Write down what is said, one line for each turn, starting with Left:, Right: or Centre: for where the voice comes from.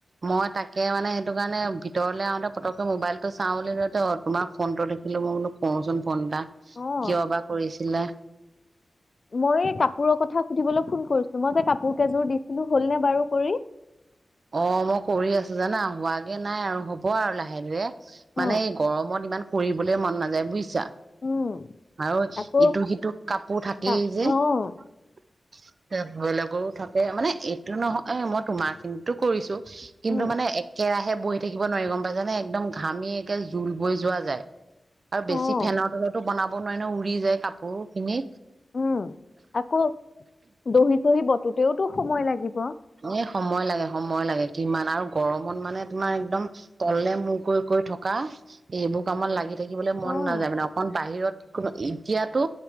Right: মই তাকে মানে সেই কাৰণে ভিতৰলে আহুতে ফতকে মোবাইল টো চাওঁতে তোমাৰ ফোন টো দেখিলোঁ মই বোলোছো কৰোছো ফোনটা
Left: অ',
Right: কিয় বা কৰিছিলে
Left: মই এই কাপোৰৰ কথা সুধিবলৈ ফোন কৰিছো মই যে কাপোৰ কযোৰ দিছিলো হ'ল নে বাৰু কৰি
Right: অ মই কৰি আছো জানা হোৱাগে নাই আৰু হ'ব আৰু লাহে ধীৰে
Left: অ',
Right: মানে গৰমত ইমান কৰিবলৈ মন নাযায় বুজিছা
Left: উম,
Right: আৰু
Left: আকৌ
Right: ইটো সিটো কাপোৰ থাকেই
Left: তা-
Right: যে
Left: অ',
Right: ভ লগৰ থাকে মানে এইটো নহয় এ মই তোমাৰ কিন্তুটো কৰিছো কিন্তু
Left: উম,
Right: মানে একেৰাহে হে বহি থাকিব নোৱাৰি গম পাইছানে একদম হে বহি থাকিব নোৱাৰি গমপাইছানেএকদমঘামিয় একে জোল বৈ যোৱা যায় আৰু
Left: অ',
Right: বেছি ফেনৰ তলতো বনাব নোৱাৰি ন উৰি যায় কাপোৰ খিনি
Left: উম আকৌ দহি চহি বটোতেওতো সময় লাগিব
Right: এই সময় লাগে সময় লাগে কিমান আৰু গৰমত মানে তোমাৰ একদম তলে মূৰ কৰি কৰি থকা এইবোৰ কামত লাগি থাকিবলৈ মন
Left: অ'।
Right: নাযায় মানে অকণ বাহিৰত কোনো এতিয়াতো